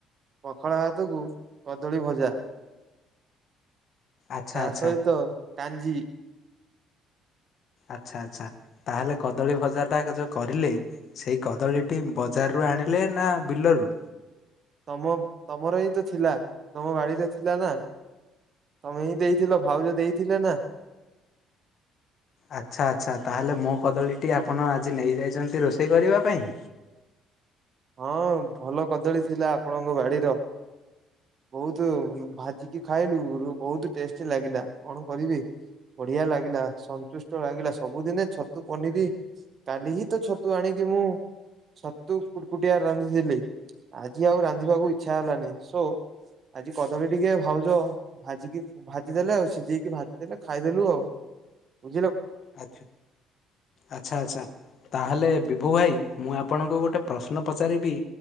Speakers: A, on the right; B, on the left.
A: ପଖାଳଭାତକୁ କଦଳୀଭଜା।
B: ଆଚ୍ଛା
A: ତା
B: ଆଚ୍ଛା
A: ସହିତ କାଞ୍ଜି।
B: ଆଚ୍ଛା ଆଚ୍ଛା ତାହେଲେ କଦଳୀ ବଜାର ଟା ଯୋଉ କରିଲେ ସେଇ କଦଳୀଟି ବଜାରରୁୁ ଆଣିଲେ ନା ବିଲରୁୁ।
A: ତମ ତମର ହିଁ ତ ଥିଲା ତମ ବାଡିରେ ଥିଲା ନା। ତମେ ହିଁ ଦେଇଥିଲ ଭାଉଜ ଦେଇଥିଲେ ନା।
B: ଆଚ୍ଛା ଆଚ୍ଛା ତାହେଲେ ମୋ କଦଳୀଟି ଆପଣ ଆଜି ନେଇ ଯାଇଛନ୍ତି। ରୋଷେଇ କରିବା ପାଇଁ।
A: ହଁ ଭଲ କଦଳୀ ଥିଲା ଆପଣଙ୍କ ବାଡିର। ବହୁତ ଭାଜିକି ଖାଇଲୁ ବହୁତ ଟେଷ୍ଟି ଲାଗିଲା କଣ କରିବି। ବଢିଆ ଲାଗିଲା ସନ୍ତୁଷ୍ଟ ଲାଗିଲା ସବୁଦିନେ ଛତୁ ପନିର କାଲି ହିଁ ତ ଛତୁ ଆଣି ମୁଁ ଛତୁ- କୁକୁଟିଆ‌ ରାନ୍ଧିଥିଲି ଆଜି ଆଉ ରାନ୍ଧିବାକୁ ଇଚ୍ଛା ହେଲାନି ସୋ ଆଜି କଦଳୀ ଟିକେ ଭାଉଜ ଭାଜିକି ଭାଜିଦେଲେ ଆଉ ସିଝେଇକି ଭାଜି ଦେଲେ ଖାଇଦେଲୁ ଆଉ। <inaudible>
B: ଆଛା ଆଚ୍ଛା ଆଚ୍ଛା ତାହେଲେ ବି ବୁବୁ ଭାଇ ମୁଁ ଆପଣଙ୍କୁ ଗୋଟେ ପ୍ରଶ୍ନ ପଚାରିବି